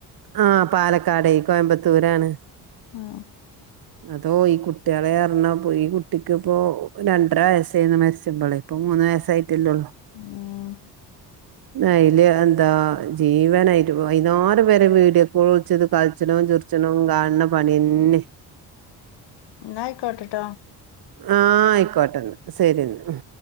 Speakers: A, on the right (about 65°); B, on the left (about 85°).
A: ആ പാലക്കാടേ കോയമ്പത്തൂരാണ്
B: ഉം
A: അതോ ഈ കുട്ടിയളെ പറഞ്ഞാ ഇപ്പം ഈ കുട്ടിക്ക് ഇപ്പോ രണ്ടര വയസ്സായിന്ന് മരിച്ചപ്പളെ ഇപ്പം മൂ മൂന്ന് വയസ്സായിട്ടല്ലെള്ളൂ.
B: ഉം
A: അയില് എന്താ ജീവനായിട്ട് വൈന്നാരം വരെ വീടിയോകോൾ വിൾച്ചത് കൾച്ചണോം ചി റിച്ചണോം കാൺണ പണിയെന്നെ.
B: ഇന്നായിക്കോട്ടെട്ടോ
A: ആഹ് ആയിക്കോട്ടെന്നാ സരിയന്നാ ഉം